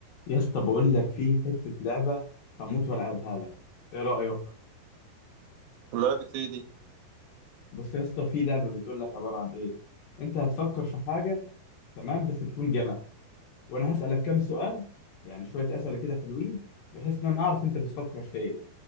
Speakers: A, on the left (about 70°); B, on the right (about 85°).
A: يا اسطى بقول لك في حتة لعبة هموت والعبها لك ايه رأيك
B: لعبة ايه دي؟
A: بص يا اسطى في لعبة بتقول لك عبارة عن ايه انت هتفكر في حاجة تمام بس تكون جمع وانا هسألك كام سؤال يعني شوية أسئلة كده حلوين بحيث ان انا اعرف انت بتفكر في ايه